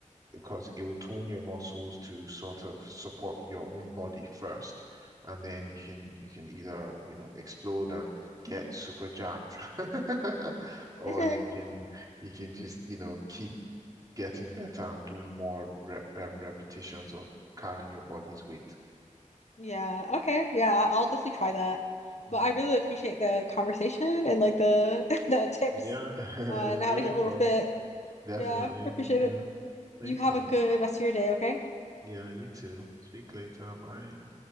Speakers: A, on the right; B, on the left.
A: because it will tone your muscles to sort of support your own body first. And then you can you can either, you know, explode and get super jacked <laughs>
B: <laughs>
A: or you can you can just, you know, keep getting better and doing more rep, um, repetitions of carrying your body's weight.
B: Yeah. Okay. Yeah, I- I'll definitely try that.
A: Yeah.
B: But I really appreciate the conversation and like the <laughs> the tips
A: Yeah, <laughs> it
B: on
A: was
B: how
A: really
B: to get more
A: fun.
B: fit.
A: Definitely.
B: Yeah, I appreciate
A: Yeah.
B: it.
A: Thank
B: You have
A: you.
B: a good rest of your day, okay?
A: Yeah, you too. Speak later. Bye.